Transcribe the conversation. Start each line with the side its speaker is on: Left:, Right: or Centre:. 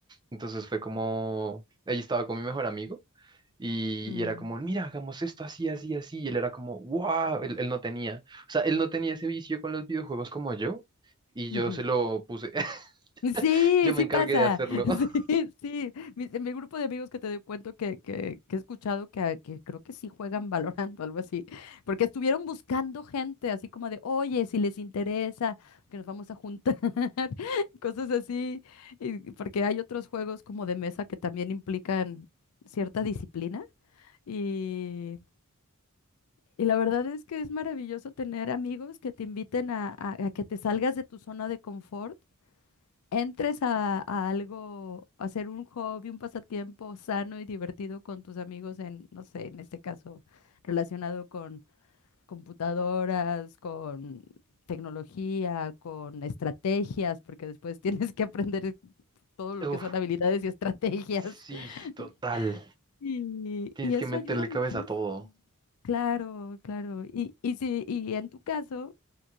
Right: entonces fue como, ahí estaba con mi mejor amigo. Y,
Left: Mm,
Right: y era como, mira, hagamos esto así, así, así. Y él era como, wow, él, él no tenía, o sea, él no tenía ese vicio con los videojuegos como yo. Y
Left: ujú.
Right: yo se lo puse, <laughs>
Left: Sí,
Right: yo me
Left: sí
Right: encargué
Left: pasa.
Right: de hacerlo.
Left: <laughs>
Right: <laughs>
Left: Sí, sí. Mi, mi grupo de amigos que te doy cuento que, que, que he escuchado que, a- que creo que sí juegan Valorant o algo así, porque estuvieron buscando gente, así como de, oye, si les interesa, que nos vamos a juntar, <laughs> cosas así, y- porque hay otros juegos como de mesa que también implican cierta disciplina y... Y la verdad es que es maravilloso tener amigos que te inviten a, a a que te salgas de tu zona de confort entres a, a algo, a hacer un hobby, un pasatiempo sano y divertido con tus amigos en, no sé, en este caso, relacionado con computadoras, con tecnología, con estrategias, porque después <laughs> tienes que aprender todo lo
Right: Uf,
Left: que son habilidades y estrategias.
Right: sí,
Left: <laughs>
Right: total.
Left: Y,
Right: Tienes
Left: y eso
Right: que meterle
Left: ayuda muchísimo.
Right: cabeza a todo.
Left: Claro, claro. Y, y si, y en tu caso,